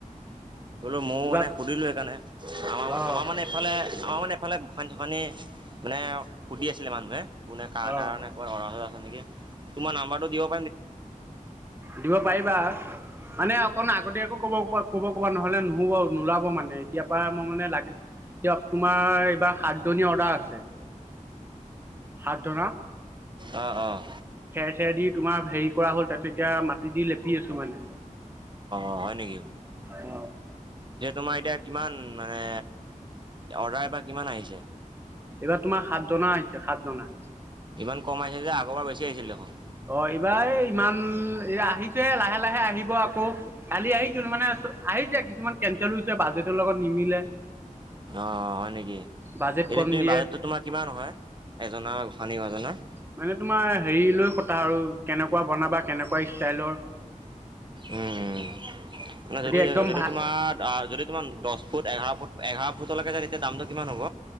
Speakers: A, on the right (about 35°); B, on the right (about 15°).
A: বোলো মৌ
B: এইবাৰ
A: মানে সুধিলোঁ সেইকাৰণে আমাৰ
B: অ
A: আমাৰ মানে এইফালে আমাৰ মানে এইফালে গোখানী মানে সুধি আছিলে মানুহে কোনে কাৰ
B: অ
A: কাৰণে কয় অৰা চ হেনেকে তোমাৰ নাম্বাৰটো দিয়ক
B: দিব পাৰিবা মানে অকণ আগতীয়াকো কব প ক'ব ক'বা নহ'লে নুহব আউ নোলাব মানে এতিয় পৰা মই মানে লাগে এতিয়া তোমাৰ এইবাৰ সাতজনী অৰ্ডাৰ আছে হাত ধৰা।
A: অঁ অঁ।
B: পঠিয়াই দি তোমাৰ হেৰি কৰা হ'ল তাৰপিছত এতিয়া মাটি দি লেপি আছোঁ মানে।
A: অ হয় নেকি?
B: অ
A: এ তোমাৰ এতিয়া কিমান মানে অৰ্ডাৰ এবা কিমান আহিছে?
B: এইবাৰ তোমাৰ সাত জনা আহিছে সাত জনা
A: ইমান কম আহিছে যে? আগৰ পৰা বেছি আহিছিল দেখোন।
B: অ এইবাৰ এই ইমান আহিছে লাহে লাহে আহিব আকৌ কালি আহিছো মানে আহিছে কিছুমান কেনচেল হৈছে বাজেটৰ লগত নিমিলে
A: অ হয় নেকি?
B: বাজেট
A: এনে
B: কম
A: তুমি
B: দিয়ে
A: বাজেটো তোমাৰ কিমান হয় এজনৰ? শনিবাজনৰ
B: মানে তোমাৰ হেৰি লৈ কথা আৰু কেনেকুৱা বনাবা কেনেকুৱা ষ্টাইলৰ
A: উম উ। মানে যদি
B: একদম
A: যদি
B: ভাল
A: তোমাৰ আহ যদি তোমাৰ দচ ফুট এঘাৰ ফুট এঘাৰ ফুতলেকে যাই এতিয়া দামটো কিমান হ'ব?